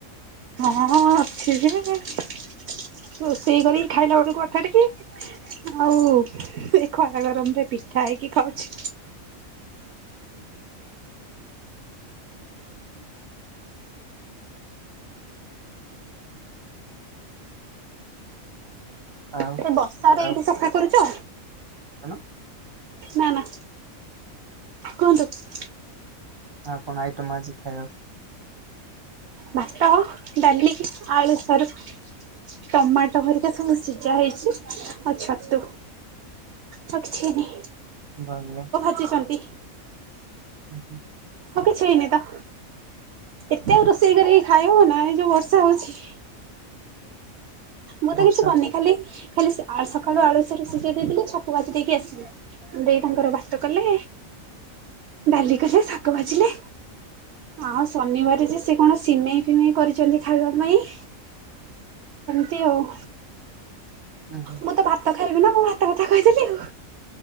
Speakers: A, on the right; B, on the right.
A: ହଁ ଅଛି ଯେ ରୋଷେଇ କରିକି ଖାଇଲା ବେଳକୁ ଅଠାଟିକି ଆଉ ଏ ଖରା ଗରମରେ ପିଠା ହେଇକି ଖାଉଛି।
B: ଆଉ
A: ଏଠି ବର୍ଷାରେ
B: ଆଉ
A: ଏଇଠି ସଫା କରୁଚ?
B: କଣ?
A: ନା ନା, କୁହନ୍ତୁ।
B: ଆଉ କଣ ଆଇଟମ୍ ଆଜି ଖାଇବାକୁ?
A: ଭାତ, ଡ଼ାଲି, ଆଳୁ, ସାରୁ ଟମାଟୋ ହେରିକା ସବୁ ସିଜା ହେଇଛି, ଆଉ ଛତୁ। ମାଛ କିଛି ହେଇନି।
B: ଭଲ।
A: ଶିଖିଛନ୍ତି।
B: <inaudible>
A: ଆଉ କିଛି ହେଇନି ତ। ଏତେ ଆଉ ରୋଷେଇ କରିକି ଖାଇ ହବ ନା, ଏ ଯୋଉ ବର୍ଷା ହଉଛି। ମୁଁ ତ
B: ବର୍ଷା
A: କିଛି କରିନି। ଖାଲି ଖାଲି ଆ ସକାଳୁ ଆଳୁୁ, ସାରୁ ସିଝେଇ ଦେଇଥିଲି, ଛତୁ ଭାଜି ଦେଇକି ଆସିଲି। ଦେଇ ତାଙ୍କର ଭାତ କଲେ, ଡାଲି କଲେ, ଶାଗ ଭାଜିଲେ ଆଉ ଶନିବାରେ ଯେ, ସିଏ କଣ ସିମେଇ ଫିମେଇ କରିଛନ୍ତି ଖାଇବା ପାଇଁ। ଏମତି ଆଉ।
B: ହୁଁ ହୁଁ।
A: ମୁଁ ଭାତ ତ ଖାଇବି ନା, ମୁଁ ଭାତ କଥା କହିଦେଲି ଆଉ।